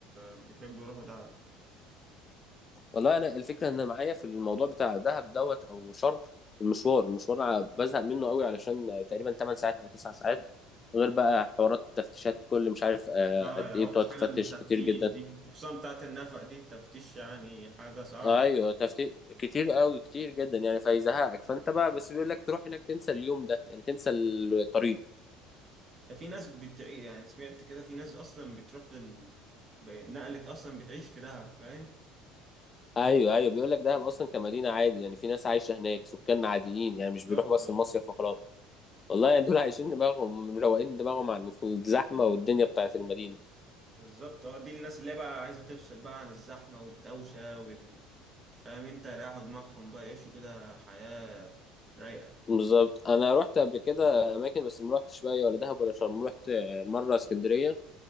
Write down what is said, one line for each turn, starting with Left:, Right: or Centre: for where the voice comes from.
Right: بيحبوا يروحوا دهب
Left: والله انا الفكره ان انا معايا في الموضوع بتاع دهب دوت او شرم المشوار المشوار ع- بزهق منه قوي علشان تقريبا 8 ساعات او 9 ساعات غير بقى حوارات تفتيشات كل مش عارف آه،
Right: اه
Left: قد
Right: يا
Left: ايه
Right: اوحش
Left: بتقعد
Right: حاجه
Left: تفتش
Right: التفتيش
Left: كتير جدا
Right: دي وخصوصا بتاعت النفق دي التفتيش يعني حاجه صعبه
Left: ايوه تفتيش كتير قوي كتير جدا يعني فيزهقك فانت بقى بس بيقول لك تروح هناك تنسى اليوم ده يعني تنسى الطريق
Right: ده في ناس بت... يعني سمعت كده في ناس اصلا بتروح في ال... ب- نقلت اصلا بتعيش في دهب فاهم
Left: ايوه ايوه بيقول لك دهب اصلا كمدينه عادي يعني في ناس عايشه هناك سكان عاديين يعني مش
Right: بالظبط
Left: بيروحوا بس
Right: آه.
Left: المصيف وخلاص والله يعني دول عايشين دماغهم مروقين دماغهم عن الزحمه والدنيا بتاعت المدينه
Right: بالظبط اه دي الناس اللي بقى عايزه تفصل بقى عن الزحمه والدوشه وال فاهم انت رايحوا دماغهم بقى يعيشوا كده حياه رايقه
Left: بالظبط انا رحت قبل كده اماكن بس ما رحتش بقى ولا دهب ولا شرم رحت مره اسكندريه